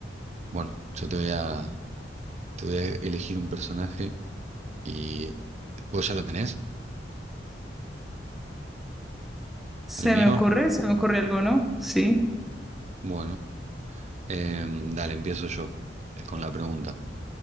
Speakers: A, on the right; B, in the centre.
A: Bueno, yo te voy a, te voy a elegir un personaje y vos ya lo tenés,
B: ¿Se
A: al mío.
B: me ocurre? ¿Se me ocurre algo, no? Sí.
A: Bueno, em, dale, empiezo yo eh, con la pregunta.